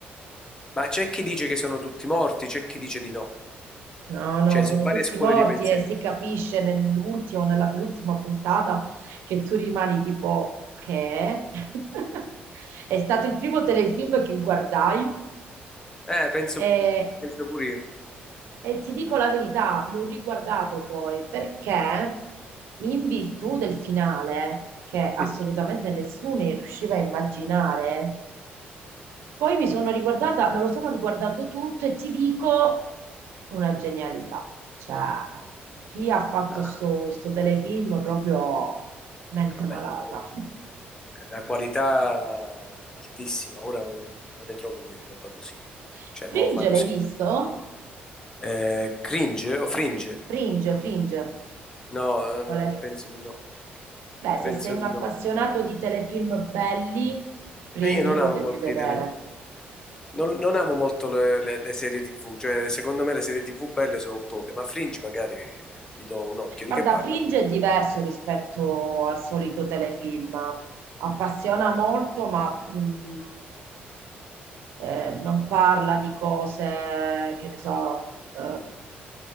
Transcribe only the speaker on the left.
Ma c'è chi dice che sono tutti morti, c'è chi dice di no.
Cioè,
sono varie
scuole
di pensiero.
Eh, penso,
penso pure io.
Mm,
no,
va
bene, è una qualità altissima. Ora non, non ne trovi di roba così.
Cioè,
mo fanno
schifo.
Eh, cringe o fringe?
No, eh,
penso di no.
Penso
di
no.
E io non
amo
molti
telefilm. Non, non amo molto le, le- le serie TV, cioè secondo me le serie TV belle sono poche, ma Fringe magari gli do un occhio.
Di che parla?